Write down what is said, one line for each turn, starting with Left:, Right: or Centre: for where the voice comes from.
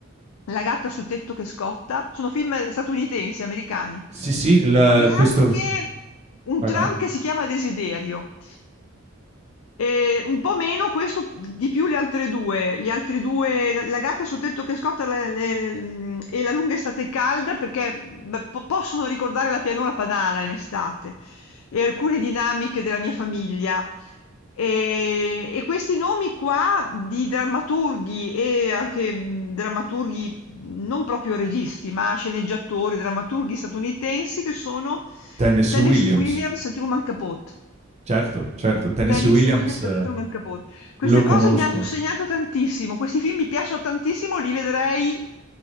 Left: La gatta sul tetto che scotta. Sono film statunitensi, americani.
Right: Sì, sì, la-
Left: E
Right: questo...
Left: anche un
Right: Vai,
Left: tram
Right: vai.
Left: che si chiama Desiderio. E un po' meno questo, di più le altre due. Gli altri due, la, la gatta sul tetto che scotta la- le- le- mm, e la lunga estate calda, perché beh, po- possono ricordare la pianura padana in estate e alcune dinamiche della mia famiglia. E, e questi nomi qua di drammaturghi e anche mm, drammaturghi non proprio registi, ma sceneggiatori, drammaturghi statunitensi che sono
Right: Tennessee
Left: Tennessee
Right: Williams.
Left: Williams e Truman Capote.
Right: Certo, certo, Tennessee
Left: Tennis
Right: Williams
Left: in Williams
Right: eh,
Left: dietro nel capot. Queste
Right: lo
Left: cose
Right: conosco.
Left: mi hanno insegnato tantissimo, questi film mi piacciono tantissimo, li vedrei